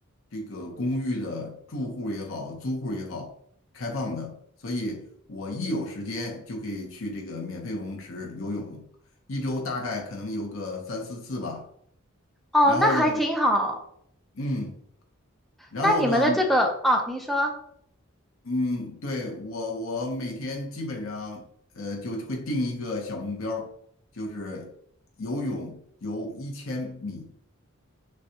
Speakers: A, on the left; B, in the centre.
A: 这个公寓的住户也好、租户也好开放的，所以我一有时间就可以去这个免费游泳池游泳，一周大概可能游个三四次吧。
B: 哦，
A: 然后呢，
B: 那还挺好。
A: 嗯，然后呢。
B: 那你们的这个，哦，您说，
A: 嗯，对，我我每天基本上呃就会定一个小目标儿就是游泳游一千米，